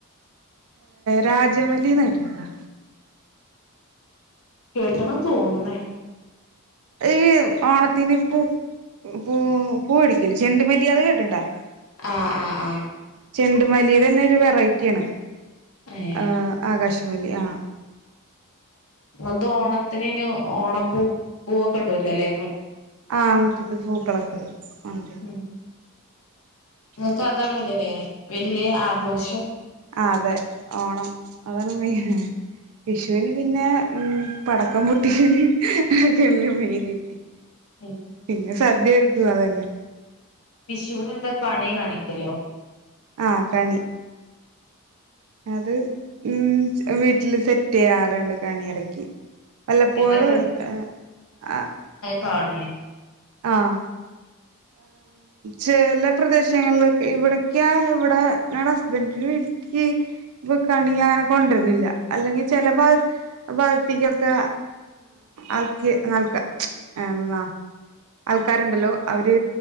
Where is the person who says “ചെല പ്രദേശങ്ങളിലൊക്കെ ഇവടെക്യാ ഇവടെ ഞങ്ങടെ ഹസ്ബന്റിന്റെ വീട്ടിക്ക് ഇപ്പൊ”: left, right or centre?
Right